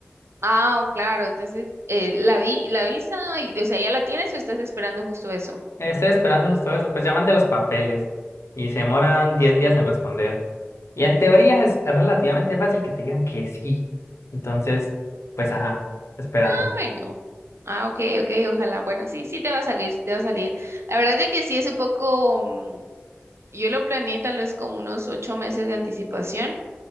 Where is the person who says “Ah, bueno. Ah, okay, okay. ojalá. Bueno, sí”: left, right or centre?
Right